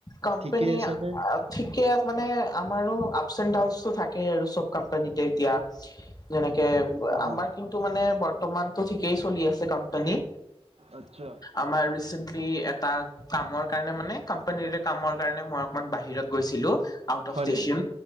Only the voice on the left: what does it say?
কোম্পানী
ঠিকে মানে, আমাৰো আপচ এণ্ড ডাউনচটো থাকেই আৰু চব কোম্পানীতে এতিয়া। যেনেকে
আমাৰ কিন্তু মানে বৰ্তমানতো ঠিকেই চলি আছে কোম্পানী।
আমাৰ ৰিচেণ্টলি এটা কামৰ কাৰণে মানে কোম্পানী কামৰ কাৰণে মই - মান বাহিৰত গৈছিলো, আউট অফ
ষ্টেচন,